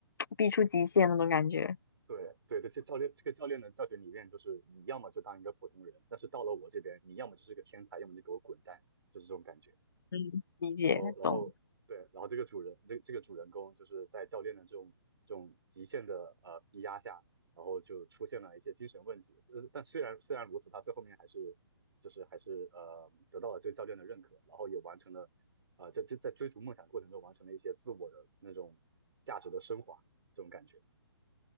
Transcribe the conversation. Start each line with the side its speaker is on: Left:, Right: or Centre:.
Left: 逼出极限那种感觉。
Right: 对对对，这教练这个教练的教学理念就是你要么就当一个普通人，但是到了我这边，你要么就是个天才，要么就给我滚蛋，就是这种感觉。
Left: 嗯，理解懂，
Right: 然后然后对，然后这个主人这这个主人公就是在教练的这种这种极限的呃逼压下，然后就出现了一些精神问题。呃，但虽然虽然如此，他最后面还是就是还是呃得到了这个教练的认可，然后也完成了啊、呃、在在在追逐梦想过程中完成了一些自我的那种价值的升华，这种感觉。